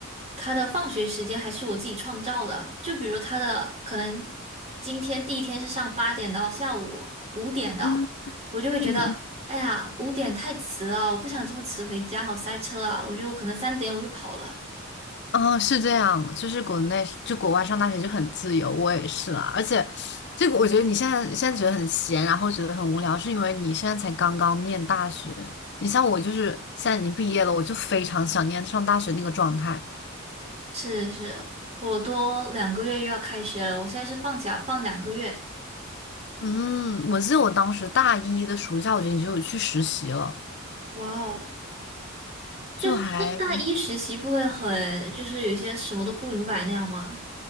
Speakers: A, on the right; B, on the left.
A: 他的放学时间还是我自己创造的，就比如他的可能今天第一天是上八点到下午五点的，
B: 嗯
A: 我就会觉得。
B: 嗯嗯，
A: 哎呀，五点太迟了，我不想这么迟回家，好塞车啊！我就可能三点我就跑了。
B: 哦，是这样，就是国内就国外上大学就很自由，我也是啦。而且，这个我觉得你现在现在觉得很闲，然后觉得很无聊，是因为你现在才刚刚念大学。你像我，就是现在已经毕业了，我就非常想念上大学那个状态。
A: 是是，我多两个月又要开学了，我现在是放假放两个月，
B: 嗯，我记得我当时大一的暑假，我觉得你就有去实习了。
A: 哇哦！就可是大一实习不会很，
B: 就还
A: 就是有些什么都不明白那样吗？